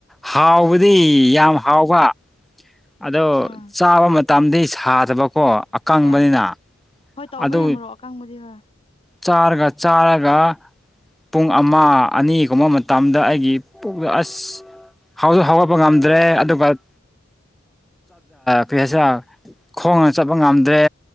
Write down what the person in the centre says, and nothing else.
ꯍꯥꯎꯕꯗꯤ ꯌꯥꯝ ꯍꯥꯎꯕ ꯑꯗꯣ
ꯆꯥꯕ ꯃꯇꯝ ꯇꯝꯗꯤ ꯁꯥꯗꯕꯀꯣ ꯑꯀꯪꯕꯅꯤꯅ
ꯑꯗꯨ
ꯆꯥꯔꯒ ꯆꯥꯔꯒ ꯄꯨꯡ ꯑꯃ ꯑꯅꯤꯒꯨꯝꯕ ꯃꯇꯝꯗ ꯑꯩꯒꯤ ꯄꯨꯛꯗ ꯑꯁ ꯍꯧꯁꯨ ꯍꯧꯒꯠꯄ ꯉꯝꯗ꯭ꯔꯦ ꯑꯗꯨꯒꯠ ꯀ ꯍꯥꯏꯁꯦ ꯈꯣꯡꯅ ꯆꯠꯄ ꯉꯝꯗ꯭ꯔꯦ